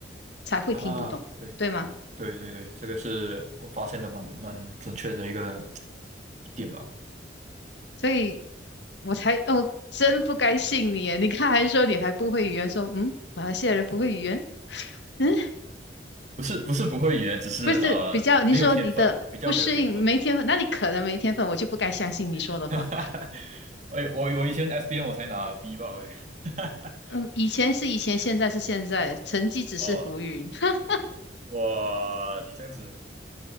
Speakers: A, on the left; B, on the right.
A: 才会听不懂，
B: 啊，对。
A: 对吗？
B: 对对对，这个是我发现的蛮蛮准确的一个一点吧。
A: 所以我才，哦，真不该信你耶你看还说你还不会语言，说嗯，马来西亚人不会语言。嗯。
B: 不是不是不会语言，只是呃没有天分，
A: 不是比较，你说你的不适应没天分，
B: 比较没有天分。
A: 那你可能没天分，我就不该相信你说的话。
B: <laughs> 哈哈哈，我我我以前 SBN 我才拿 B 吧嘞。<laughs>
A: 嗯，以前是以前，现在是现在，成绩只是浮云。
B: 哦，
A: <laughs>
B: 哇，你这样子，